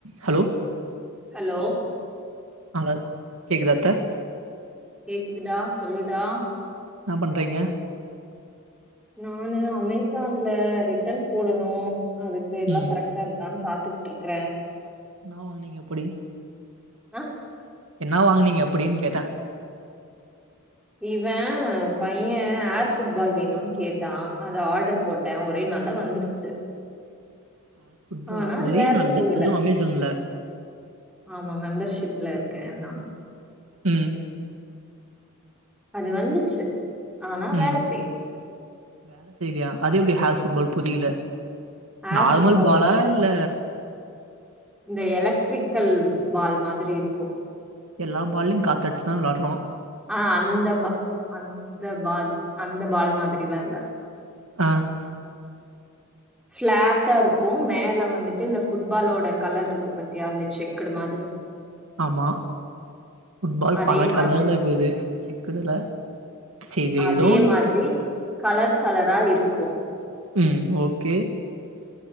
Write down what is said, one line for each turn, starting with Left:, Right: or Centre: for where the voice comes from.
Right: Hello
Centre: hello
Right: அங்க கேக்குதா அத்த
Centre: கேக்குதுடா சொல்லுடா
Right: என்னா பண்றீங்க
Centre: நானு அமேசான்ல ரிட்டன் போடனும் அதுக்குயெல்லா
Right: ம்
Centre: கரெக்ட்டா இருக்கான்னு பாத் துட்டுருக்கறேன்
Right: என்ன வாங்குனீங்க அப்டி
Centre: ஆஹ்
Right: என்ன வாங்கனீங்க அப்படின்னு கேட்டேன்
Centre: இவன் பையன் ஏர் ஃபுட்பால் வேணும்னு கேட்டான் அத ஆர்டர் போட்டேன் ஒரே நாள்ல வந்துருச்சு
Right: ஆஹ் ஃபுட்பாலா
Centre: ஆனா அது
Right: ஒரே
Centre: வேல
Right: நாள்ல
Centre: செய்யல
Right: அதுவும் அமேசான்ல
Centre: ஆமா மெம்பர்ஷிப்ல இருக்கேன் நான்
Right: உம்
Centre: அது வந்துச்சு ஆனா
Right: உம்
Centre: வேல செய்யல
Right: வேல செய்யலையா அது எப்டி ஹேர் ஃபுட்பால் புரியல
Centre: ஏர்
Right: நார்மல்
Centre: ஃபுட்பால்னா
Right: பாலா யில்ல
Centre: இந்த எலக்ட்ரிக்கல் பால் மாதிரியிருக்கும்
Right: எல்லா பால்லயோ காத்து அடிச்சுதா வெளாடுறோ
Centre: ஆஹ் அந்த பா அந்த பால் அந்த பால் மாதிரில்லாயில்ல
Right: ஆஹ்
Centre: பிளாட்டா இருக்கும் மேல வந்துட்டு இந்த ஃபுட்பாலோட கலருக்கு பாத்தியா இந்த செக்குடு மாதிரி
Right: ஆமா ஃபுட்பால்
Centre: அதே
Right: பல
Centre: மாதிரி
Right: கலர்லகுது சிக்குடுல சரி இது
Centre: அதே
Right: ஏதோ ஒன்னு
Centre: மாதிரி கலர் கலரா இருக்கும்
Right: உம் ஓகே